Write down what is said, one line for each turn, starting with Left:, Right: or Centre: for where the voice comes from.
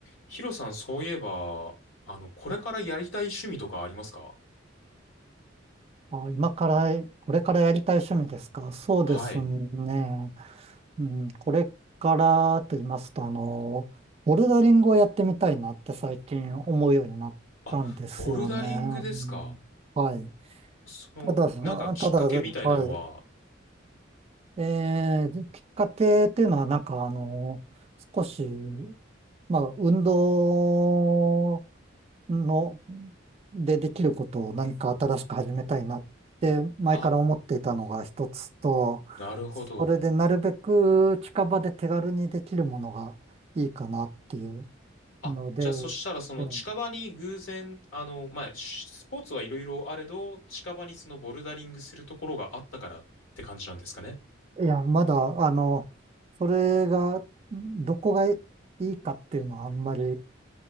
Left: ヒロさん、そういえば、あの、これからやりたい趣味とかありますか
Right: あ、今から、これからやりたい趣味ですかそうですね。
Left: はい。
Right: うん、これからと言いますと、あの、ボルダリングをやってみたいなって最近思うようになったんですよね。
Left: あ、ボルダリングですか。
Right: うんはい。
Left: その、
Right: ただ、そただ、
Left: なんかきっかけみたいなのは、
Right: はい。えー、きっかけっていうのは、なんかあの、少し、まあ、運動の、でできることを何か新しく始めたいなって前から思っていたのが一つと、
Left: あ、なるほど。
Right: それでなるべく近場で手軽にできるものがいいかなっていう
Left: あ、
Right: ので、
Left: じゃあそしたらその近場に偶然、
Right: え
Left: あの、まあ、しスポーツはいろいろあれど、近場にそのボルダリングするところがあったからって感じなんですかね。
Right: えいや、まだ、あの、それが、どこがいいかっていうのはあんまり、